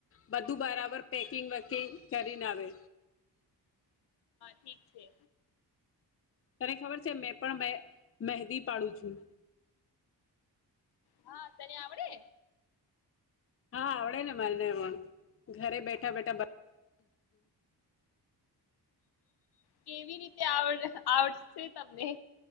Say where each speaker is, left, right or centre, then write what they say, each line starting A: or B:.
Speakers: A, on the left (about 35°); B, on the left (about 70°).
A: બધું બરાબર પેકિંગ વકીંગ કરીને આવે
B: ઠીક છે
A: તને ખબર છે મેં પણ મેં મહેંદી પાડું છું
B: હા તને આવડે
A: હા આવડે ને મારેને પણ ઘરે બેઠા બેઠા
B: કેવી રીતે આવડ આવડશે તમને